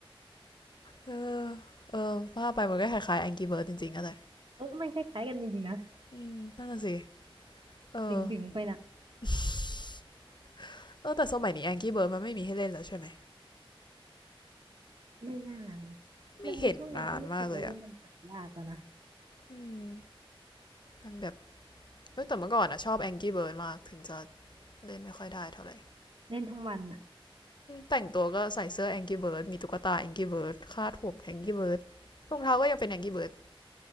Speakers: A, on the left; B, on the right.
A: เออเออว่าไปมันก็คล้ายๆแองกี้เบิร์ดจริงๆอะไร
B: เออมันคล้ายๆกันจริงๆนะ
A: อืมนั่นน่ะสิเออ
B: ดึงดึงไปนะ
A: <laughs> เออแต่สมัยนี้แองกี้เบิร์ดมันไม่มีให้เล่นแล้วใช่ไหม
B: ไม่น่านะ
A: ไม่เห็นนานมากเลยอะ
B: มันมีช่วงหนึ่งก็รู้สึกว่าเล่นมันหายากแล้วนะ
A: อืมมันแบบ เฮ้ยแต่เมื่อก่อนอะชอบ Angry Bird มากถึงจะเล่นไม่ค่อยได้เท่าไหร่
B: เล่นทั้งวันอ่ะ
A: แต่งตัวก็ใส่เสื้อ Angry Bird มีตุ๊กตา Angry Bird คาดผม Angry Bird รองเท้าก็ยังเป็น Angry Bird